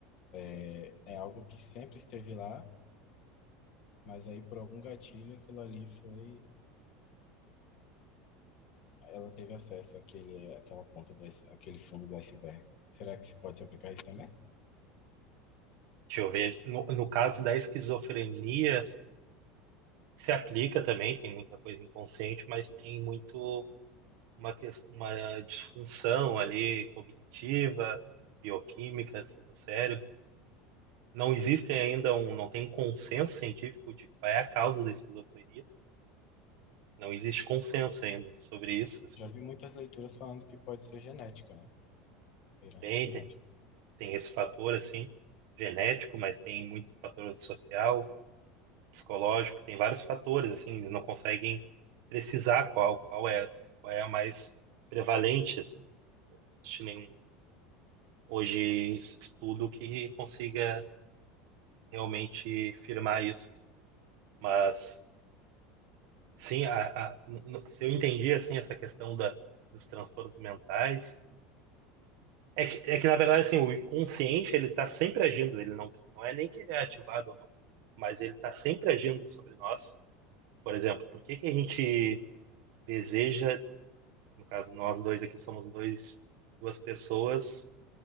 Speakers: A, on the left; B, on the right.
A: É é algo que sempre esteve lá, mas aí por algum gatilho aquilo ali foi Ela teve acesso àquele, àquela ponta do, ice- àquele fundo do iceberg. Será que se pode se aplicar isso também?
B: Deixa eu ver. No, no caso da esquizofrenia, se aplica também, tem muita coisa inconsciente, mas tem muito uma, ques- uma disfunção ali cognitiva, bioquímica assim, no cérebro. Não existe ainda um, não tem um consenso científico de qual é a causa da esquizofrenia. Não existe consenso ainda sobre isso, assim.
A: Já vi muitas leituras falando que pode ser genética, né? Herança
B: Tem,
A: genética.
B: tem, tem esse fator, assim, genético, mas tem muito fator social psicológico, tem vários fatores, assim, eles não conseguem precisar qual, qual é, qual é a mais prevalente, assim, não existe nenhum hoje estudo que consiga realmente firmar isso, assim. mas sim, a, a- n- n- se eu entendi, assim, essa questão da, dos transtornos mentais, é que, é que na verdade, assim, o inconsciente, ele está sempre agindo, ele não, não é nem que ele é ativado ou não, mas ele está sempre agindo sobre nós, por exemplo, por que que a gente deseja No caso, nós dois aqui somos dois, duas pessoas